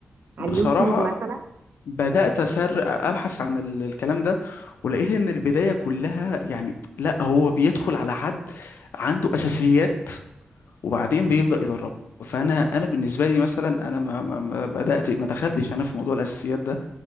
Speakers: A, on the right; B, on the left.
A: على
B: بصراحة
A: اليوتيوب مثلا
B: بدأت أسر أبحث عن ال- الكلام ده ولقيت إن البداية كلها يعني لا هو بيدخل على حد عنده أساسيات وبعدين بيبدأ يدربه فأنا أنا بالنسبة لي مثلا أنا ما, ما ما بدأت ما دخلتش أنا في موضوع الأساسيات ده